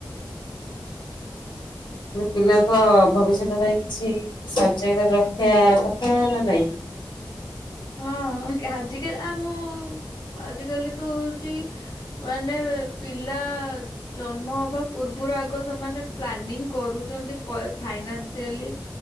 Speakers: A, on the left; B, on the left.
A: ପିଲାଙ୍କ ଭବିଷ୍ୟତ ପାଇଁ କିଛି ସଜେଇକରି ରଖିଆ କଥା ନା ନାଇଁ!
B: ହଁ, ଆଜିିକାଲିଆ ମୁଁ-ଉଁ ଆଜିକାଲି ତ ହଉଛି। ମାନେ, ପିଲା-ଆ ଜନ୍ମ ହବା ପୂର୍ବରୁ ଆଗ ସେମାନେ ପ୍ଲାନିଂ କରୁଚନ୍ତି। ପୟେ ଫାଇନାନ୍ସିଆଲି